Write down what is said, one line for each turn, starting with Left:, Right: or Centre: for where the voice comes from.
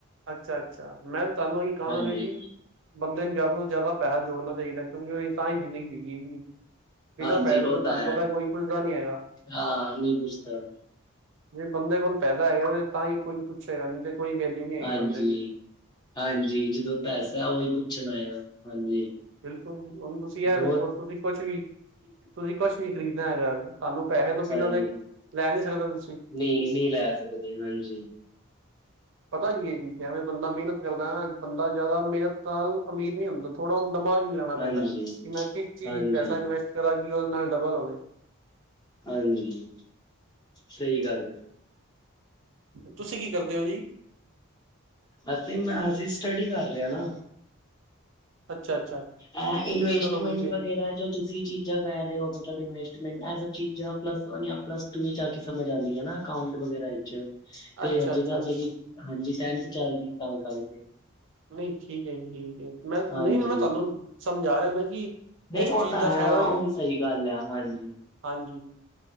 Right: ਅੱਛਾ ਅੱਛਾ, ਮੈਂ ਤਾਂ ਤੁਹਾਨੂੰ ਇਹੀ ਕਹਾਂਗਾ
Left: ਹਾਂਜੀ
Right: ਜੀ ਬੰਦੇ ਨੂੰ ਜ਼ਿਆਦਾ ਤੋਂ ਜ਼ਿਆਦਾ ਪੈਸਾ ਜੋੜਨਾ ਚਾਹੀਦਾ ਕਿਉਕਿ ਉਹਦੀ ਤਾਂ ਹੀ ਜ਼ਿੰਦਗੀ ਬਤੀਤ ਹੋਏਗੀ। ਬਿਨਾਂ
Left: ਹਾਂਜੀ
Right: ਪੈਸੇ
Left: ਉਹ
Right: ਤੋਂ ਤੁਹਾਨੂੰ
Left: ਤਾਂ ਹੈ
Right: ਪਤਾ ਕੋਈ ਪੁੱਛਦਾ ਨੀ ਹੈਗਾ।
Left: ਹਾਂ ਨਹੀਂ ਪੁੱਛਦਾ
Right: ਜੇ ਬੰਦੇ ਕੋਲ ਪੈਸਾ ਹੈਗਾ ਤਾਂ ਹੀ ਕੋਈ ਪੁੱਛੇਗਾ, ਨੀ ਤੇ ਕੋਈ ਵੈਲਿਊ ਨਹੀਂ। ਹੈਗੀ
Left: ਹਾਂਜੀ,
Right: ਬੰਦੇ ਦੀ
Left: ਹਾਂਜੀ ਜਦੋਂ ਪੈਸਾ ਉਹੀ ਪੁੱਛਣਾ ਆਏਗਾ, ਹਾਂਜੀ।
Right: ਬਿਲਕੁਲ ਜੀ, ਹੁਣ ਤੁਸੀਂ ਇਹ
Left: ਬਹੁਤ
Right: ਵੇਖੋ, ਤੁਸੀਂ ਕੁਛ ਵੀ ਤੁਸੀਂ ਕੁਛ ਵੀ ਖ਼ਰੀਦਣਾ ਹੈਗਾ ਤੁਹਾਨੂੰ ਪੈਸੇ ਤੋਂ ਬਿਨਾਂ
Left: ਹਾਂਜੀ
Right: ਦੇ, ਲੈ ਨੀ ਸਕਦੇ ਤੁਸੀਂ।
Left: ਨਹੀਂ, ਨਹੀਂ ਲੈ ਸਕਦੇ, ਹਾਂਜੀ।
Right: ਪਤਾ ਕਿ ਐ ਜੀ, ਜਿਵੇਂ ਬੰਦਾ ਮਿਹਨਤ ਕਰਦਾ ਨਾ, ਬੰਦਾ ਜ਼ਿਆਦਾ ਮਿਹਨਤ ਨਾਲ ਅਮੀਰ ਨੀ ਹੁੰਦਾ। ਥੋੜ੍ਹਾ ਉਹਨੂੰ ਦਿਮਾਗ ਵੀ ਲਾਣਾ ਪੈਂਦਾ,
Left: ਹਾਂਜੀ
Right: ਕਿ ਮੈਂ ਕਿਸ ਚੀਜ਼
Left: ਹਾਂਜੀ
Right: 'ਚ ਪੈਸਾ ਇਨਵੈਸਟ ਕਰਾਂ ਕਿ ਉਹਦੇ ਨਾਲ ਡਬਲ ਹੋਵੇ।
Left: ਹਾਂਜੀ, ਸਹੀ ਗੱਲ ਹੈ।
Right: ਤੁਸੀਂ ਕੀ ਕਰਦੇ ਹੋ ਜੀ?
Left: ਅਸੀਂ, ਮੈਂ ਅਸੀਂ ਸਟੱਡੀ ਕਰ ਰਹੇ ਹ ਨਾ।
Right: ਅੱਛਾ। ਅੱਛਾ
Left: ਅ ਇਨਵੈਸਟਮੈਂਟ
Right: ਚਲੋ ਵਧੀਆ
Left: ਵਗੈਰਾ
Right: ਜੀ
Left: ਜੋ ਤੁਸੀਂ ਚੀਜ਼ਾਂ ਕਹਿ ਰਹੇ ਹੋ ਮਤਲਬ ਇਨਵੈਸਟਮੈਂਟ, ਇਹ ਸਭ ਚੀਜ਼ਾਂ ਪਲੱਸ ਵਨ ਯਾ ਪਲੱਸ ਟੂ ਵਿੱਚ ਆ ਕੇ ਸਮਝ ਆਉਂਦੀਆਂ ਨਾ। ਅਕਾਊਂਟ ਵਗੈਰਾ ਵਿਚ, ਤੇ
Right: ਅੱਛਾ
Left: ਹਜੇ
Right: ਅੱਛਾ
Left: ਤਾਂ
Right: ਅੱਛਾ
Left: ਮੇਰੀ, ਹਾਂਜੀ ਟੈਥ ਚੱਲ ਰਹੀ ਤਾਂ ਕਰਕੇ।
Right: ਨਹੀਂ ਠੀਕ ਹੈ ਜੀ ਠੀਕ ਹੈ, ਮੈਂ ਨਹੀਂ,
Left: ਹਾਂਜੀ
Right: ਨਹੀਂ ਮੈਂ ਤੁਹਾਨੂੰ ਸਮਝਾ ਰਿਹਾਦਾ ਕਿ
Left: ਨਹੀਂ
Right: ਇਸ
Left: ਉਹ
Right: ਚੀਜ਼
Left: ਤਾਂ
Right: ਦਾ
Left: ਹੈ,
Right: ਫਾਇਦਾ
Left: ਹਾਂ ਉਹ ਵੀ ਸਹੀ ਗੱਲ ਹੈ ਹਾਂਜੀ।
Right: ਹਾਂਜੀ।